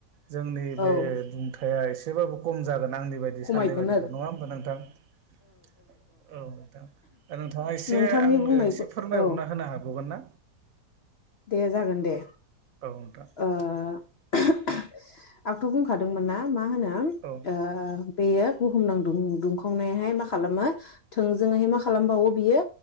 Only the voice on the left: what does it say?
औ
खमायगोन
नोंथांनि
बुंनायखौ
औ
दे जागोन दे
ओ <unintelligible> आंथ' बुंखादोंमोन ना मा होनो ओ
बेयो बुहुम नां दुं दुंखावनायहाय मा खालामो थोंजोंयै मा खालामबावो बियो